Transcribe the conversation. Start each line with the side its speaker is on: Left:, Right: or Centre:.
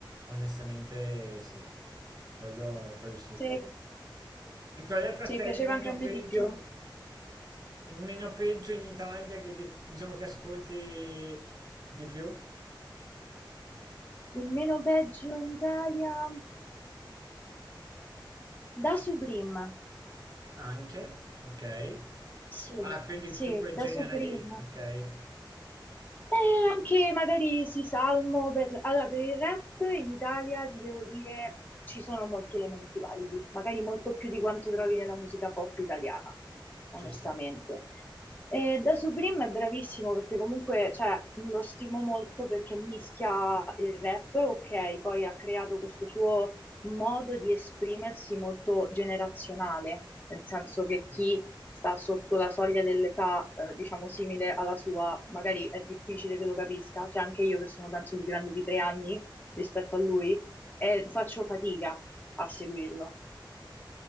Right: Onestamente sì, quello, quello sì.
Left: sì,
Right: E qual è per
Left: sì,
Right: te
Left: piaceva
Right: il meno
Left: anche a me
Right: peggio?
Left: di più.
Right: Il meno peggio in Italia che ti- diciamo che ascolti di più?
Left: Il meno peggio in Italia da Supreme.
Right: Anche, ok.
Left: Sì,
Right: Ah, quindi
Left: sì,
Right: più quel
Left: da
Right: genere
Left: Supreme.
Right: lì, ok.
Left: E anche magari sì, salmo per... Allora, per il rap in Italia ti devo dire ci sono molti elementi validi, magari molto più di quanto trovi nella musica pop italiana, onestamente.
Right: Ci sta.
Left: E da Supreme è bravissimo perché comunque cioè, lo stimo molto perché mischia il rap, ok, poi ha creato questo suo modo di esprimersi molto generazionale, nel senso che
Right: ci
Left: chi
Right: sta.
Left: sta sotto la soglia dell'età, eh, diciamo simile alla sua, magari è difficile che lo capisca, cioè anche io che sono penso più grande di tre anni rispetto a lui, e faccio fatica a seguirlo,